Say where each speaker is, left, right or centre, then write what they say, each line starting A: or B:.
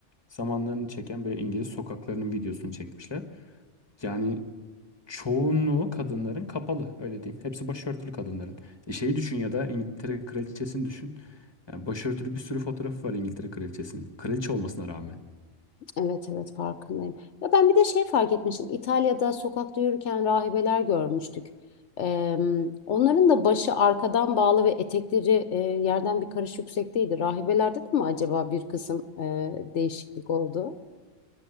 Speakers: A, on the left; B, on the left.
A: zamanlarını çeken böyle İngiliz sokaklarının videosunu çekmişler. Yani çoğunluğu kadınların kapalı öyle diyeyim. Hepsi başörtülü kadınların. E şeyi düşün ya da İngiltere kraliçesini düşün. Yani başörtülü bir sürü fotoğrafı var İngiltere kraliçesinin. Kraliçe olmasına rağmen.
B: evet evet farkındayım. Ya ben bir de şey fark etmiştim. İtalya'da sokakta yürürken rahibeler görmüştük. Eee, onların da başı arkadan bağlı ve etekleri eee, yerden bir karış yüksekteydi. Rahibelerde de mi acaba bir kısım eee, değişiklik oldu?